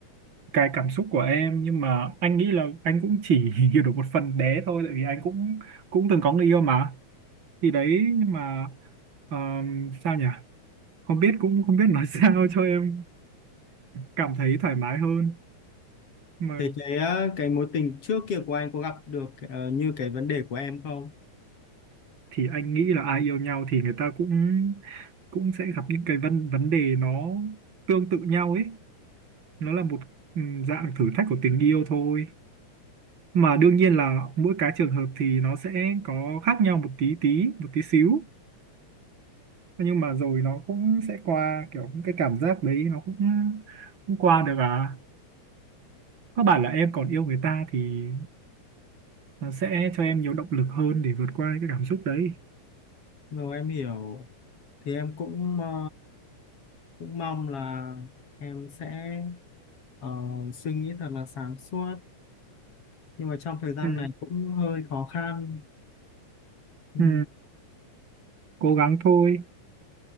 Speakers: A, on the right (about 40°); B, on the left (about 50°).
A: cái cảm xúc của em nhưng mà anh nghĩ là anh cũng chỉ <laughs> hiểu được một phần bé thôi tại vì anh cũng cũng từng có người yêu mà thì đấy nhưng mà ờm, sao nhỉ không biết cũng không biết nói <laughs> sao cho em cảm thấy thoải mái hơn mà
B: thế cái ờ, cái mối tình trước kia của anh có gặp được ờ, như cái vấn đề của em không?
A: thì anh nghĩ là ai yêu nhau thì người ta cũng cũng sẽ gặp những cái vấn vấn đề nó tương tự nhau ấy nó là một ừ, dạng thử thách của tình yêu thôi mà đương nhiên là mỗi cái trường hợp thì nó sẽ có khác nhau một tí tí một tí xíu nhưng mà rồi nó cũng sẽ qua kiểu cái cảm giác đấy nó cũng cũng qua được à có bảo là em còn yêu người ta thì nó sẽ cho em nhiều động lực hơn để vượt qua cái cảm xúc đấy
B: Rồi em hiểu thì em cũng ờ, cũng mong là em sẽ ờ, suy nghĩ thật là sáng suốt nhưng mà trong thời gian
A: Ừ.
B: này cũng hơi khó khăn ừ.
A: ừ, cố gắng thôi